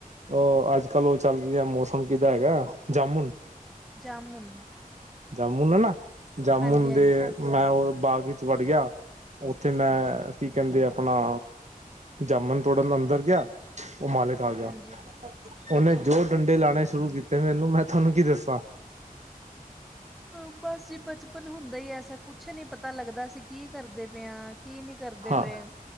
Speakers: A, on the right; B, in the centre.
A: ਓ ਅੱਜ-ਕੱਲ ਓ ਚੱਲ ਰਿਐ, ਮੌਸਮ ਕਿਦਾ ਹੈਗੈ ਜਾਮੁਨ।
B: ਜਾਮੁਨ।
A: ਜਾਮੁਨ ਐ ਨਾ, ਜਾਮੁਨ
B: ਹਾਂਜੀ ਹਾਂਜੀ
A: ਦੇ ਮੈਂ ਓ ਬਾਗ਼ ਇ ਚ ਵਾੜ ਗੇਆ, ਓਥੇ ਮੈਂ ਕੀ ਕੈਂਦੇ ਅਪਨਾ ਜਾਮੁਨ ਤੋੜਨ ਅੰਦਰ ਗੇਆ। ਓ ਮਾਲਿਕ ਆ ਗੇਆ,
B: ਹਾਂਜੀ
A: ਓਨੇ
B: ਅੱਛਾ
A: ਜੋ
B: ਜੀ
A: ਡੰਡੇ ਲਾਨੇ ਸ਼ੁਰੂ ਕੀਤੇ ਮੈਨੂੰ ਮੈਂ ਥਾਨੂੰ ਕੀ ਦੱਸਾਂ।
B: ਹਾਂ, ਬਾੱਸ ਜੀ ਬਚਪਨ ਹੁੰਦਾ ਈ ਐਸੈ ਕੁਛ ਨੀ ਪਤਾ ਲੱਗਦਾ ਅਸੀ ਕੀ ਕਰਦੇ ਪੇ ਆਂ। ਕੀ ਨਹੀਂ ਕਰਦੇ
A: ਹਾਂ
B: ਪਏ।